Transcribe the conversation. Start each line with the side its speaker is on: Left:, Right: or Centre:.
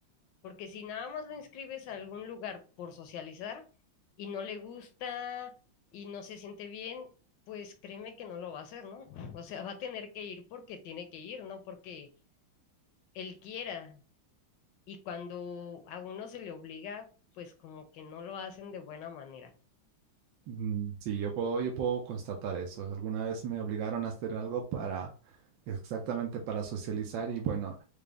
Left: Porque si nada más lo inscribes a algún lugar por socializar y no le gusta y no se siente bien, pues créeme que no lo va a hacer, ¿no? O sea, va a tener que ir porque tiene que ir, no porque él quiera y cuando a uno se le obliga, pues como que no lo hacen de buena manera.
Right: Mm, Sí, yo puedo, yo puedo constatar eso. Alguna vez me obligaron a hacer algo para, exactamente para socializar y bueno.